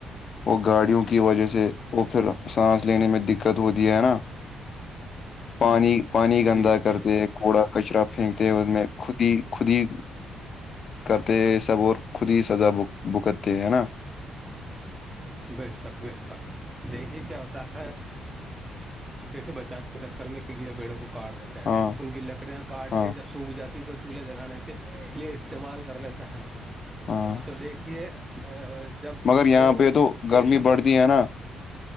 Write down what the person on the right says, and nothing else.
جی جی
بے شک بے تک دیکھیے کیا ہوتا ہے پیسے بچانے کے چکر میں <unintelligible> گیڑے پیڑوں کو کاٹ دیتے ہیں
ان کی لکڑیاں کاٹ
کے جب سوکھ جاتی تو چولہے جلانے کے لیے استعمال کر لیتے ہیں
تو دیکھیے ا جب
وہ
پیسے